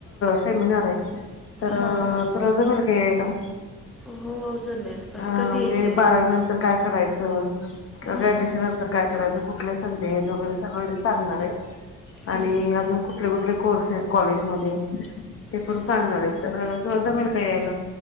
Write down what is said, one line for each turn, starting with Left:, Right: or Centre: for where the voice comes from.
Left: सेमिनार आहे तर र
Centre: हां हां
Left: तुला जमेल का यायला
Centre: हो जमेल पण
Left: अ
Centre: कधी
Left: म्हणजे
Centre: येते
Left: बारावी नंतर काय करायचं च किंवा
Centre: हं,
Left: ग्रॅज्युएशन नंतर काय कुठल समजावयाच सगळ सागणार आहे
Centre: हं,
Left: आणि अजून कुठल कुठल कोर्सेस कॉलेज मध्ये ते
Centre: हं.
Left: पण सांगणार आहेत तर तुला जमेल का यायला